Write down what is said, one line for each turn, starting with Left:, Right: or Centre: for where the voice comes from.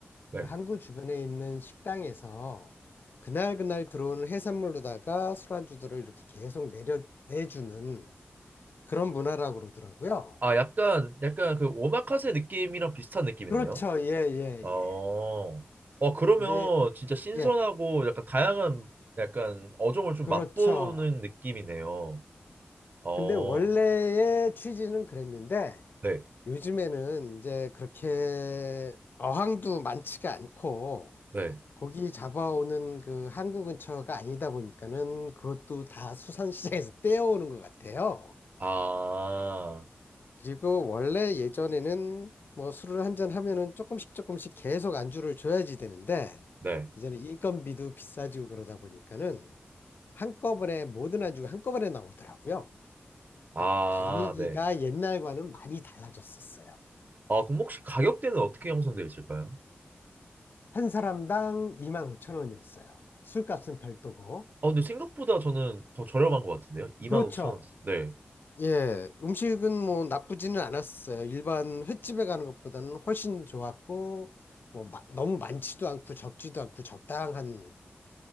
Right: 네.
Left: 그 항구 주변에 있는 식당에서 그날그날 들어오는 해산물로다가 술안주들을 이렇게 계속 내려, 내주는 그런 문화라고 그러더라고요.
Right: 아, 약간, 약간 그 오마카세 느낌이랑 비슷한 느낌이네요.
Left: 그렇죠. 예, 예,
Right: 어,
Left: 예.
Right: 와, 그러면
Left: 근데,
Right: 진짜 신선하고
Left: 예,
Right: 약간 다양한 약간 어종을 좀
Left: 그렇죠.
Right: 맛보는 느낌이네요. 어,
Left: 근데 원래의 취지는 그랬는데
Right: 네,
Left: 요즘에는 이제 그렇게 어항도 많지가 않고
Right: 네.
Left: 고기 잡아오는 그 한국 근처가 아니다 보니까는 그것도 다 수산시장에서 떼어오는 것 같아요.
Right: 아,
Left: 그리고 원래 예전에는 뭐 술을 한 잔 하면은 조금씩 조금씩 계속 안주를 줘야지 되는데
Right: 네.
Left: 이제는 인건비도 비싸지고 그러다 보니까는 한꺼번에 모든 안주가 한꺼번에 나오더라고요.
Right: 아,
Left: 그러니까 분위기가
Right: 네.
Left: 옛날과는 많이 달라졌었어요.
Right: 아, 그럼 혹시 가격대는 어떻게 형성되어 있을까요?
Left: 한 사람당 2만 5천 원이었어요. 술값은 별도고.
Right: 아, 근데 생각보다 저는 더 저렴한 것 같은데요? 25,000원.
Left: 그렇죠.
Right: 네,
Left: 예, 음식은 뭐 나쁘지는 않았어요. 일반 횟집에 가는 것보다는 훨씬 좋았고, 뭐 마- 너무 많지도 않고 적지도 않고 적당한